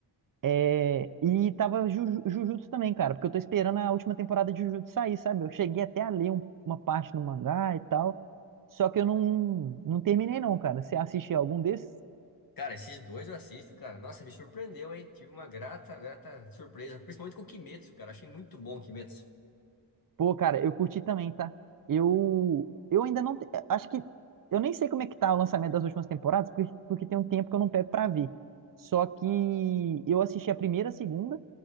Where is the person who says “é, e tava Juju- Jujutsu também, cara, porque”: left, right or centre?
Right